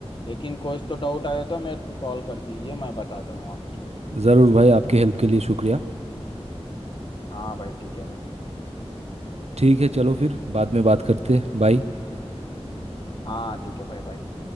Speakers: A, on the left; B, on the right.
A: लेकिन कुछ तो डाउट आया तो मेरे को कॉल कर दीजिए मैं बताता हूँ आपकी
B: ज़रूर भाई आपके हेल्प के लिए शुक्रिया
A: हाँ भाई ठीक है भाई
B: ठीक है चलो फिर बाद में बात करते हैं बाय
A: हाँ ठीक है भाई भाई